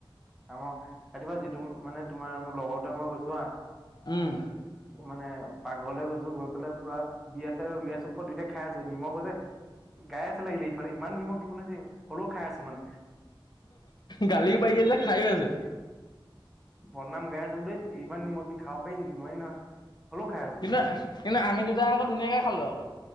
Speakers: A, in the centre; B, on the left.
A: আ ম ৰাতিপা যিটো মানে তোমাৰ মোৰ লগৰটোৱে মই গৈছো হা।
B: উম্
A: মানে পাকঘৰলৈ গৈছো গৈ পেলাই পুৰা বি চ উিয় চোপ দুইটাই খাই আছো নিমখ যে। গাই আছে লাগিলে এইফালে ইমান নিমখ দিব নাছিল হ'লেও খাই আছো মানে।
B: গালিও পাৰি আছে খাইও আছে
A: বনাম গাই আছো বোলে ইমান নিমখ দি খাব পায় নিকি নোৱাৰি নহয়। হ'লেও খাই আছো
B: কিন্তু কিন্তু আমি দুটাই আকৌ ধুনীয়াকে খালো আকৌ।